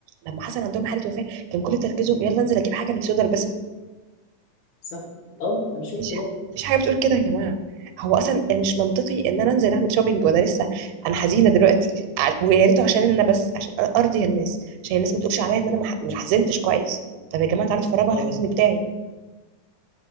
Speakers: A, on the right; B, on the left.
A: لما حصل عندهم حاله وفاه كان كل تركيزهم يلا انزل اجيب حاجه اللي سودا البسها
B: صح اه انا شفت
A: مفيش
B: ده
A: مفيش حاجه بتقول كده يا جماعه هو اصلا مش منطقي ان انا انزل اعمل شوبينج وانا لسه انا حزينه دلوقتي ع- ويا ريته عشان انا بس عشان أ- ارضي الناس عشان الناس ما تقولش عليا ان انا ما ح- ما حزنتش كويس طب يا جماعه تعالوا اتفرجوا
B: اه
A: على الحزن بتاعي